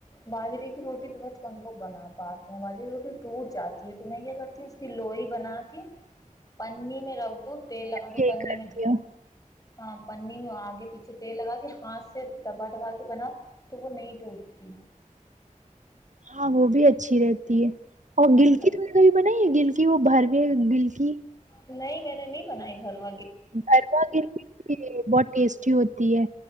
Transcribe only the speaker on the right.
یہی
کرتی
ہوں
ہاں وہ بھی اچھی رہتی ہے اور
گلکی تم نے کبھی بناائی ہے گلکی وہ بھر یہ بلکی
گرما گ بہت ٹیسٹی ہوتی تی ہے